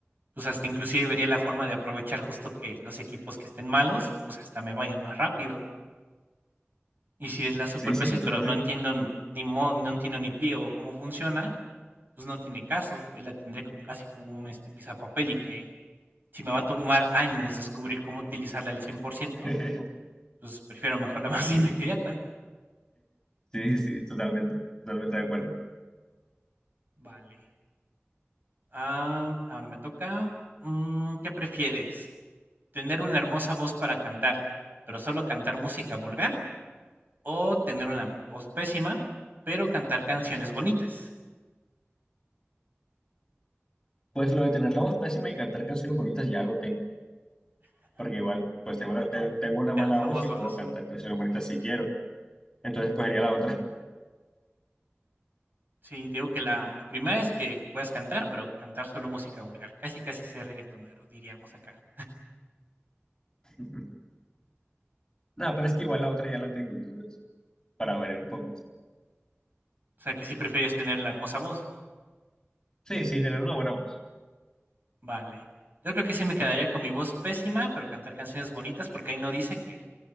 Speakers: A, on the right; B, on the left.
A: pues hasta inclusive vería la forma de aprovechar justo que los equipos que estén malos, pues hasta me vayan más rápido. Y si es la super
B: Sí,
A: PC,
B: sí,
A: pero
B: totalmente.
A: no entiendo n- ni mo- no entiendo ni pie o cómo funciona, pues no tiene caso. Ahí la tendría como casi como un este, papel y que Si me va a tomar años descubrir cómo utilizarla al 100%,
B: <laughs>
A: pues prefiero mejor la más <laughs> inmediata.
B: Sí, sí, totalmente, totalmente de acuerdo.
A: Vale. Ah, ahora me toca. Mm, ¿qué prefieres? ¿Tener una hermosa voz para cantar, pero solo cantar música vulgar? ¿O tener una voz pésima, pero cantar canciones bonitas?
B: Pues lo de tener la voz pésima y cantar canciones bonitas ya lo tengo, porque igual, pues tengo, la- te- tengo una
A: Ya
B: mala
A: somos
B: voz y
A: dos.
B: puedo cantar canciones bonitas si quiero, entonces cogería la otra.
A: Sí, te digo que la, la primera es que puedas cantar, pero cantar solo música vulgar. Casi, casi ser reggaetonero, diríamos acá.
B: <laughs> No, pero es que igual la otra ya la tengo, entonces. para variar un poquito.
A: O sea, que sí prefieres tener la hermosa voz.
B: Sí, sí, tener una buena voz.
A: Vale. Yo creo que sí me quedaría
B: <laughs>
A: con mi voz pésima, pero cantar canciones bonitas, porque ahí no dice que,